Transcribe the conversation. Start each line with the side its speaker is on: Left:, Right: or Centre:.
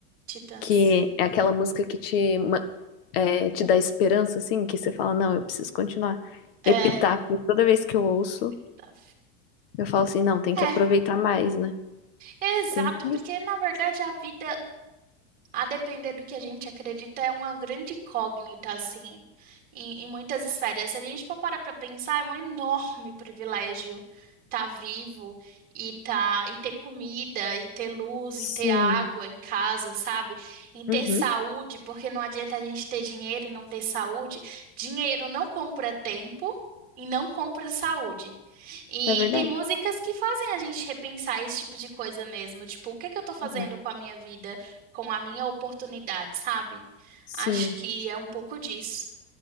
Right: Titãs.
Left: que é aquela música que te, ma- é, te dá esperança, assim, que você fala, não, eu preciso continuar.
Right: É,
Left: Epitáfio, toda vez que eu ouço,
Right: Epitáfio.
Left: eu falo assim, não, tem
Right: É,
Left: que aproveitar mais, né?
Right: é exato,
Left: Tem que...
Right: porque na verdade a vida A depender do que a gente acredita, é uma grande incógnita, assim, em, em muitas esferas. Se a gente for parar para pensar, é um enorme privilégio estar vivo e, tá, e ter comida, e ter luz,
Left: Sim.
Right: e ter água em casa, sabe? Em ter
Left: Uhum.
Right: saúde, porque não adianta a gente ter dinheiro e não ter saúde. Dinheiro não compra tempo e não compra saúde. E
Left: É verdade.
Right: tem músicas que fazem a gente repensar esse tipo de coisa mesmo. Tipo, o que é que eu tô fazendo
Left: Uhum.
Right: com a minha vida? com a minha oportunidade, sabe?
Left: Sim.
Right: Acho que é um pouco disso.